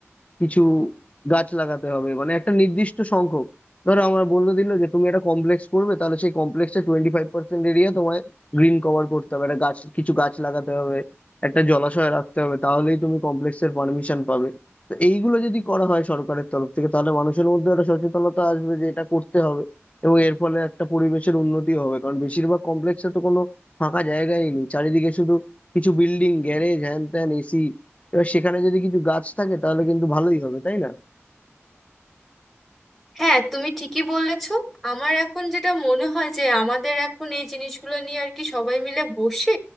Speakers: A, on the left; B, in the centre.
A: কিছু গাছ লাগাতে হবে মানে একটা নির্দিষ্ট সংখ্যক ধরো আমার বলে দিল যে তুমি একটা কমপ্লেক্স করবে তাহলে সেই কমপ্লেক্সে টোয়েন্টি ফাইভ পার্সেন্ট এরিয়া তোমায় গ্রিন কভার করতে হবে একটা গাছ কিছু গাছ লাগাতে হবে একটা জলাশয় রাখতে হবে তাহলেই তুমি কমপ্লেক্সের পারমিশন পাবে তো এইগুলো যদি করা হয় সরকারের তরফ থেকে তাহলে মানুষের মধ্যে একটা সচেতনতা আসবে যে এটা করতে হবে এবং এর ফলে একটা পরিবেশের উন্নতি হবে কারণ বেশিরভাগ কমপ্লেক্সে তো কোনো ফাঁকা জায়গাই নেই চারিদিকে শুধু কিছু বিল্ডিং গ্যারেজ হ্যান ত্যান এসি এবার সেখানে যদি কিছু গাছ থাকে তাহলে কিন্তু ভালোই হবে তাই না
B: হ্যাঁ তুমি ঠিকই বলেছ আমার এখন যেটা মনে হয় যে আমাদের এখন এই জিনিসগুলো নিয়ে আর কি সবাই মিলে বসে